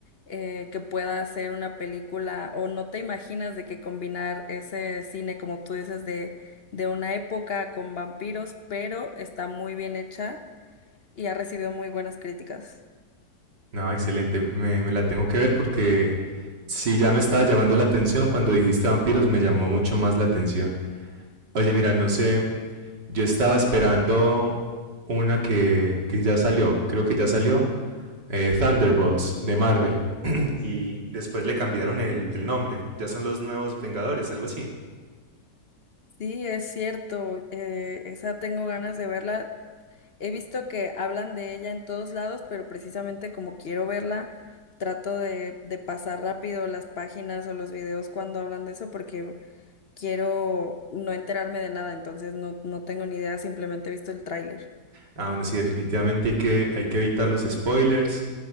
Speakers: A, on the left; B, on the right.
A: eh, que pueda ser una película o no te imaginas de que combinar ese cine, como tú dices, de, de una época con vampiros, pero está muy bien hecha y ha recibido muy buenas críticas.
B: No, excelente, me, me la tengo que ver porque si ya me estaba llamando la atención cuando dijiste vampiros, me llamó mucho más la atención. Oye, mira, no sé, yo estaba esperando una que, que ya salió, creo que ya salió, eh, Thunderbolts de Marvel. <clears throat> Y después le cambiaron el, el nombre, ya son los nuevos Vengadores, algo así.
A: Sí, es cierto, eh, esa tengo ganas de verla. He visto que hablan de ella en todos lados, pero precisamente como quiero verla, trato de, de pasar rápido las páginas o los videos cuando hablan de eso porque quiero no enterarme de nada, entonces no, no tengo ni idea, simplemente he visto el tráiler.
B: Ah, bueno, sí, definitivamente hay que, hay que evitar los spoilers,